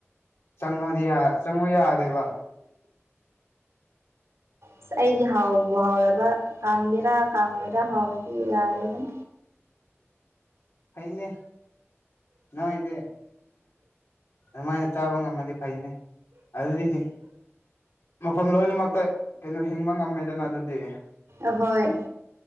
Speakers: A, on the left; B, on the right.
A: ꯆꯪꯉꫭꯗꯤ ꯌꯤ ꯆꯪꯉꯣ ꯌꯥꯗꯦꯕ
B: ꯑꯁ ꯑꯩꯗꯤ ꯍꯥꯎꯕꯨ ꯍꯥꯎꯔꯕ ꯀꯪꯒꯦꯔꯥ ꯀꯪꯉꯣꯏꯔꯥ ꯍꯥꯎꯔꯗꯤ ꯌꯥꯔꯦ ꯑꯗꯨꯝ
A: ꯐꯩꯅꯦ ꯅꫭꯏꯁꯦ ꯑꯗꯨꯃꯥꯏꯅ ꯆꯥꯕ ꯉꯝꯃꯗꯤ ꯐꯩꯅꯦ ꯑꯗꯨꯗꯤ ꯃꯐꯝ ꯂꯣꯏꯅꯃꯛꯇ ꯀꯩꯅꯣ ꯍꯤꯡꯕ ꯉꯝꯃꯦꯗꯅ ꯑꯗꯨꯗꯤ
B: ꯑꯍꯣꯏ